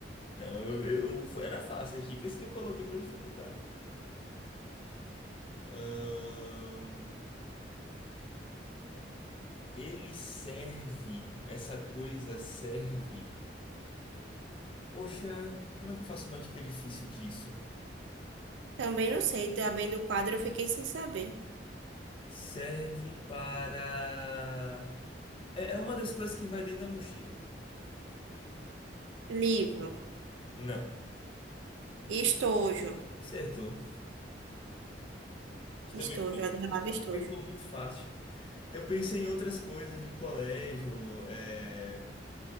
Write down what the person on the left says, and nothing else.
Não, eu, eu- foi- era fácil. As dicas que eu coloquei pra dificultar. Ahn, ele serve. Essa coisa serve. Poxa, como é que eu faço uma dica difícil disso?
Serve para. É, é uma das coisas que vai dentro da mochila.
Não.
Acertou. Mas também.
Ficou muito fácil. Eu pensei em outras coisas de colégio, é,